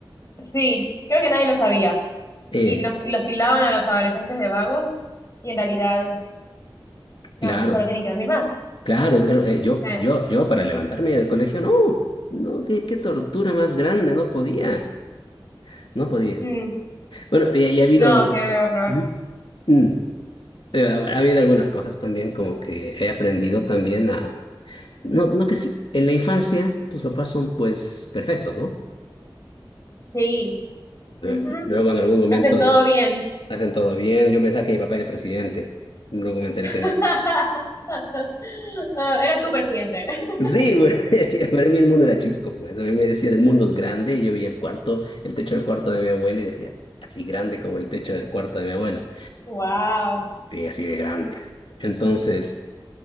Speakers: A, on the left; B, on the left.
A: Sí, creo que nadie lo sabía.
B: Eh,
A: Y los, y los tildaban a los adolescentes de vagos y en realidad, nada,
B: claro.
A: solo tienen que dormir más.
B: Claro, es- era- eh, yo,
A: Sí.
B: yo, yo para levantarme del colegio, no, no, qué, qué tortura más grande, no podía, no podía.
A: Mm,
B: Bueno, y, y ha habido
A: No,
B: algún...
A: qué horror.
B: Ujú. Mm. Eh, ha habido algunas cosas también como que he aprendido también a... No, no que si en la infancia tus papás son pues perfectos, ¿no?
A: Sí. Ujú,
B: Eh, Luego en algún momento
A: Hacen todo
B: de-
A: bien.
B: hacen todo bien, yo pensaba que mi papá era el presidente, luego me enteré
A: <laughs>
B: que no.
A: Ah, Era tu presidente. <laughs>
B: Sí, güey, <laughs> para mí el mundo era chico, pues. A mí me decían el mundo es grande y yo veía el cuarto, el techo del cuarto de mi abuela y decía, así grande como el techo del cuarto de mi abuela.
A: Wow.
B: Sí, así de grande. Entonces,